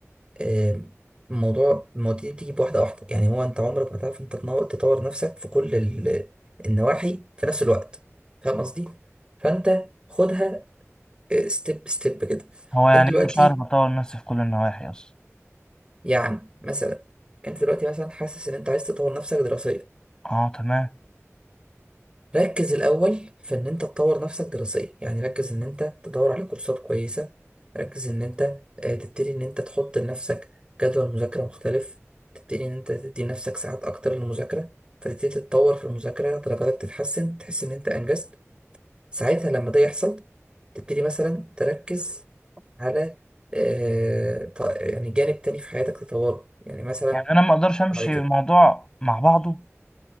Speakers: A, on the right (about 20°); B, on the left (about 15°).
A: آم، الموضوع المواضيع دي بتيجي بواحدة واحدة يعني هو انت عمرك ما تعرف انت تنو- تطور نفسك في كل ال- النواحي في نفس الوقت فاهم قصدي؟ فانت خدها ستيب ستيب كده
B: هو يعني
A: انت دلوقتي
B: إيه مش هعرف أطور نفسي في كل النواحي أصلا
A: يعني مثلا انت دلوقتي مثلا حاسس ان انت عايز تطور نفسك دراسيا
B: أه تمام
A: ركز الأول في إن أنت تطور نفسك دراسيا يعني ركز إن أنت تدور على كورسات كويسة ركز إن أنت آه، تبتدي إن أنت تحط لنفسك جدول مذاكرة مختلف تبتدي إن أنت تدي نفسك ساعات أكتر للمذاكرة فتبتدي تتطور في المذاكرة درجاتك تتحسن تحس إن أنت أنجزت ساعتها لما ده يحصل تبتدي مثلا تركز على آه، ط- يعني جانب تاني في حياتك تطوره يعني مثلا
B: يعني أنا ما أقدرش أمشي
A: بعد كده
B: الموضوع مع بعضه